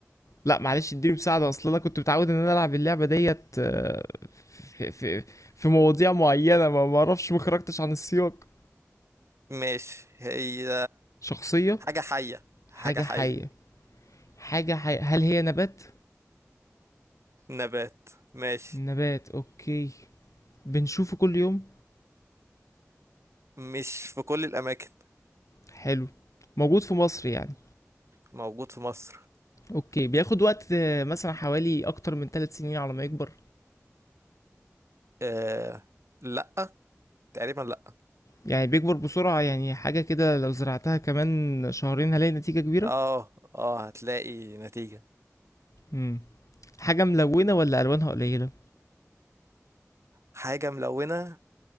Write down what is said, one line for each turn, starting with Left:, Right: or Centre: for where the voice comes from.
Left: لا معلش اديني مساعدة اصل انا كنت متعود ان انا العب اللعبة ديت آه، في في في مواضيع معينة ما ما اعرفش ما خرجتش عن السياق
Right: ماشي هي
Left: شخصية
Right: حاجة حية حاجة
Left: حاجة
Right: حية
Left: حية حاجة حية هل هي نبات؟
Right: نبات ماشي
Left: نبات اوكي بنشوفه كل يوم
Right: مش في كل الأماكن
Left: حلو موجود في مصر يعني
Right: موجود في مصر
Left: اوكي بياخد وقت آه، مثلا حوالي اكتر من ثلاث سنين على ما يكبر
Right: آه لا تقريبا لا
Left: يعني بيكبر بسرعة يعني حاجة كده لو زرعتها كمان شهرين هلاقي نتيجة كبيرة
Right: اه اه هتلاقي نتيجة
Left: مم. حاجة ملونة ولا ألوانها قليلة
Right: حاجة ملونة